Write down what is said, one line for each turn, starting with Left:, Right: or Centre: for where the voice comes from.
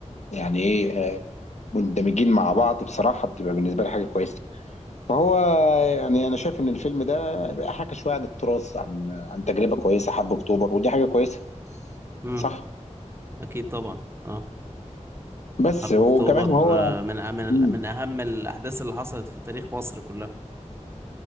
Left: يعني ايه آه، مندمجين مع بعض بصراحة بتبقى بالنسبة لي حاجة كويسة فهو يعني أنا شايف إن الفيلم ده حكى شوية عن التراث عن عن تجربة كويسة حرب أكتوبر ودي حاجة كويسة
Right: امم
Left: صح
Right: اكيد طبعا اه
Left: بس
Right: حرب
Left: وكمان
Right: اكتوبر
Left: هو
Right: آه، من أ- من
Left: مم.
Right: من اهم الاحداث اللي حصلت في تاريخ مصر كلها